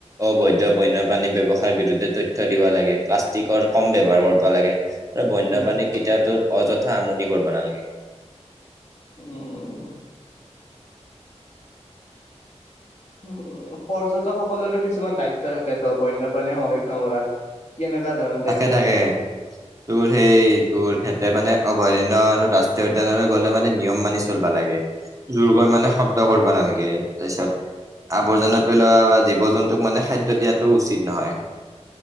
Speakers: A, on the right; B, on the left.
A: অবৈধ বন্যপাণী ব্যৱসায়ৰ বিৰুদ্ধে তথ্য দিব লাগে, প্লাষ্টিকৰ কম ব্যৱহাৰ কৰিব লাগে। আৰু বন্যপ্ৰাণী
B: উম
A: কেতিয়া তোৰ অযথা আমনি কৰিব নালাগে।
B: উম', উম', উম'। উম, পৰ্যটকসকলৰো কিছুমান দায়িত্ব থাকে ত' বন্যপ্ৰণী সংৰক্ষণ কৰাত। কি এনেকুৱা ধৰণৰ
A: থাকে-থাকে।
B: দায়িত্ব আছে
A: তোৰ সেই, তোৰ সিহঁতে মানে অভয়াৰণ্য আৰু ৰাষ্ট্ৰীয় উদ্যানৰে গ'লে মানে নিয়ম মানি চলিবা লাগে। জোৰকৈ
B: উম
A: মানে শব্দ কৰিবা নালাগে। তাৰপপিছত আৱৰ্জনা পেলোৱা বা জীৱ-জন্তুক মানে খাদ্য দিয়াটোও উচিত নহয়।